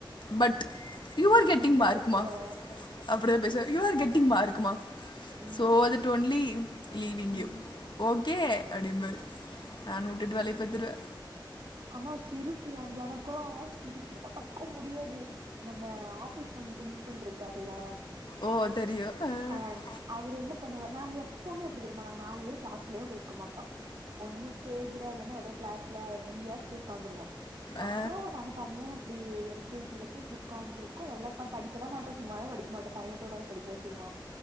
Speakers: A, on the left; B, on the right.
A: but you are getting
B: இப்படிதான்
A: மார்க்குமா
B: பேசுவாரா
A: அப் இப்பிடிதா பேசுவாரு யூ ஆர் கெட்டிங் மார்க்குமா
B: ம்,
A: சோ தட் ஒன்லி லீவிங்
B: ம்.
A: யூ ஓக் கே அப்டிம்பாரு ஆஹ நூட்டு க
B: ஆனா சிரிப்பு எனக்கும் சிரிப் அடக் க்க முடியாது நம்ம ஆஃபிஸ் ரூம் பிரின்ஸ்பல் இருக்கார்ல
A: ஓ தெரியும் ஆ,
B: அஹ் அவரு என்ன பண்ணுவ நாங்க எப்பவுமே எப்டி தெரிமா நாங்க நாலு பேரு கிளாஸ்குள்ளயே இருக்க மாட்ட ஒன்னு ஸ்டேஜ்ல இல்லனா ஏதோ கிளாஸ்ல என்னைக்காது ஒக்காந்துருவோம் அப்போ
A: ஆ,
B: நாங்க தனியா அப்டி எல கே ஜில போய் இப்டி ஒக்கான்றுக்கோ நல்லாதா படி கெலா மாட்டோம் சும்மாவே படிக்க மாட்டோம் தனிய போய்தானே படிக்கவே செய்வோம்